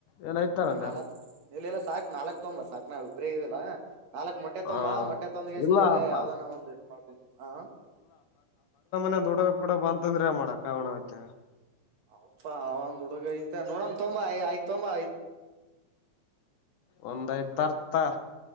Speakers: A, on the left; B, on the right.
A: ಏನ್ ಐದ ತರನ
B: ಹ ನಾಲ್ಕ್ ಇಲ್ಲ ಇಲ್ಲಾ ಸಾಕು ನಾಲ್ಕ್ ತಮ್ಮ ಸಾಕು ನಾವಿಬ್ರೆದಿವಲ್ಲ ನಾಲ್ಕು ಮೊಟ್ಟೆ ತುಂಬಾ
A: ಆ
B: ಹೊಟ್ಟೆ ತುಂಬಿಲ್ಲ
A: ಇಲ್ಲ ಬ
B: ಯಾವುದನೀಟ್ ಮಾಡಿಕೊಂಡು ಬಾ
A: ದದುಡ ಬಿಡ ಬ ಅಂತಂದ್ರೆ ಮಾಡಕ ಅವಣ ಆಯ್ತ
B: ಹೌದಪಾ ಅವ ಒಂದ್ ಹುಡುಗ ಇದ್ದ ನೋಡಮ್ಮ ತೊಂಬ ಆಯ್ತ್ ತಂಬ
A: ಒಂದು ಇದು ತರ್ತಿನ್ ತಾ